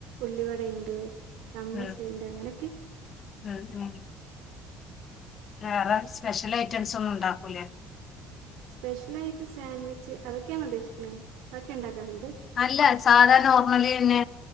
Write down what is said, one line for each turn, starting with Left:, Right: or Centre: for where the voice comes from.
Right: ഉള്ളിവടണ്ട് സമൂസയിണ്ട്
Left: ഉം
Right: അങ്ങനെയൊക്കെ
Left: ഉം ഉം വേറെ സ്പെഷ്യൽ ഐറ്റംസ് ഒന്നും ഉണ്ടാക്കൂലേ
Right: സ്പെഷ്യൽ ആയിട്ട് സാൻവിച്ച് അതൊക്കെയാണ ഉദ്ദേശിക്ക്ണ അതൊക്കെ ഇണ്ടാക്കാറുണ്ട്
Left: അല്ല സാധാ നോർമ്മലന്നെ